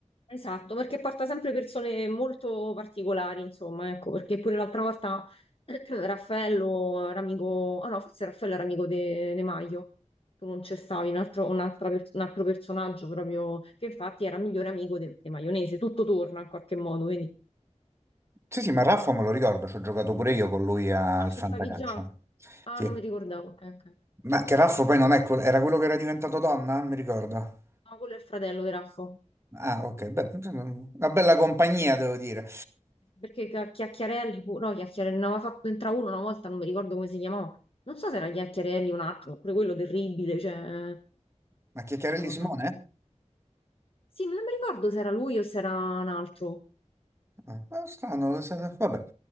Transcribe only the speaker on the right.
Sì, sì, ma Raffo me lo ricordo, ci ho giocato pure io con lui al
Fantacalcio.
Sì.
Ma che Raffo poi non è quel- era quello che era diventato donna? Mi ricordo.
Ah, ok, beh, sì, sì, una bella compagnia, devo dire.
Ma Chiacchiarelli
Simone?
Ah, ma strano, se- vabbè.